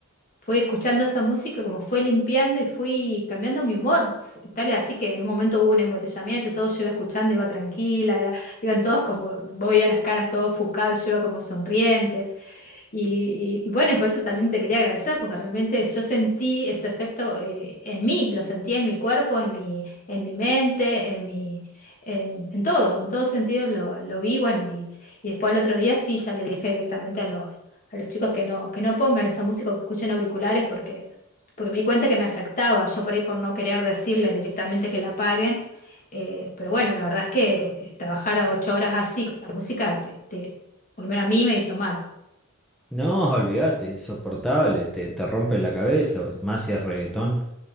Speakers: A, on the left; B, in the centre.
A: fui escuchando esa música, como fue limpiando y fui cambiando mi humor. Fu- Tal es así que en un momento hubo un embotellamiento, y todo yo iba escuchando, iba tranquila, era- iban todos como, vos veías las caras todos ofuscados, y yo iba como sonriente. Y, y- y bueno, y por eso también te quería agradecer, porque realmente yo sentí ese efecto eh, en mí, lo sentí en mi cuerpo, en mi, en mi mente, en mi, en, en todo, en todo sentido lo, lo vi, bueno, y, y después al otro día sí, ya le dije directamente a los, a los chicos que no, que no pongan esa música o que escuchen auriculares porque, porque me di cuenta que me afectaba, yo por ahí por no querer decirles directamente que la apaguen, eh, pero bueno, la verdad es que eh, trabajar a ocho horas así, con esa música, te, te- por lo menos a mí me hizo mal.
B: No, olvídate, es insoportable, te, te rompe la cabeza, más si es reggaetón.